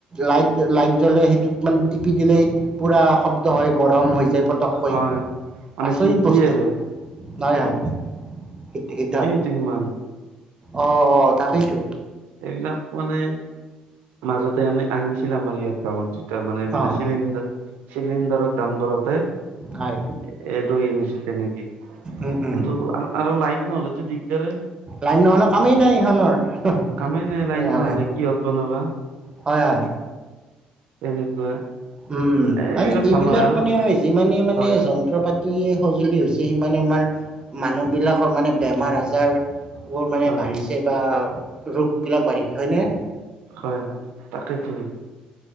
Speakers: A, on the right; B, on the right.
A: লাইট - লাইট জ্বলে সেইটোত মানে টিপি দিলেই পুৰা শব্দ হয় গৰম হৈ যায় পত টপকৈ
B: হয় মানে
A: আচৰিত
B: হিট দিয়ে
A: বস্তু,
B: আৰু
A: নয় হয় সি সিদ্ধ হয়।
B: টো সিমান
A: অ অ তাকেইতো।
B: এইবিলাক মানে মাজতে আনি আনিছিল আমাৰ ইয়াত গাঁৱত দু তাৰ মানে মানে
A: অ
B: চিলিণ্ডাৰ চিলিণ্ডাৰৰ দাম বাঢ়তে।
A: হয়
B: এ এ লৈ আনিছিল তেনেকে
A: উম উম
B: কিন্তু আ আৰু লাইট নহলে তো দিগদাৰে।
A: লাইন নহ'লে কামেই নাই ইহনৰ, হহ
B: কামেই নাই লাইন
A: হ হয়।
B: নহ'লে কিহত বনাবা?
A: হয় হয়।
B: তেনেকুৱা
A: উম
B: এ
A: মানে এইবিলাক
B: ভাল নহয় আৰু
A: মানে ইমানে মানে
B: হয়
A: যন্ত্ৰ পাত টো সেই সঁজুলি হৈছে সিমানে আমাৰ মানুহবিলাকৰ মানে বেমাৰ - আজাৰ বোৰ মানে
B: হয়
A: বাঢ়িছে বা ৰোগবিলাক বাঢ়ি হয় নে?
B: হয় হয় তাকেইতো।